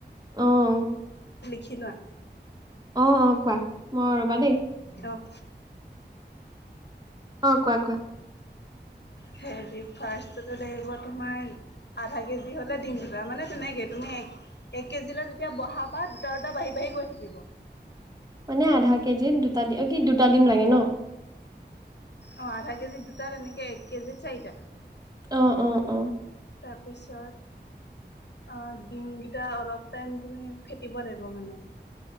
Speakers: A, on the right (about 20°); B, on the left (about 70°).
A: অ',
B: খিলা
A: অ'! অ'! কোৱা? মই ৰবা দেই!
B: অ'
A: অ'! কোৱা, কোৱা?
B: হেৰি, ফাৰ্ষ্টটে লাগিব তোমাৰ আধা কেজি হ'লে ডিম দুটা, মানে তেনেকে। তুমি, এক এক কেজিলৈ যেতিয়া বহাবা দুটা, দুটা, বাঢ়ি, বাঢ়ি, গৈ থাকিব।
A: মানে, আধা কেজিত দুটা দি কি দুটা দিম লাগে ন'।
B: অ'! আধা কেজিত দুটা। তেনেকে, এক কেজিত চাৰিটা।
A: অ'! অ'! অ'!
B: তাৰপিছত অ'! ডিমকেইটা অলপ টাইম, তুমি ফেটিব লাগিব মানে।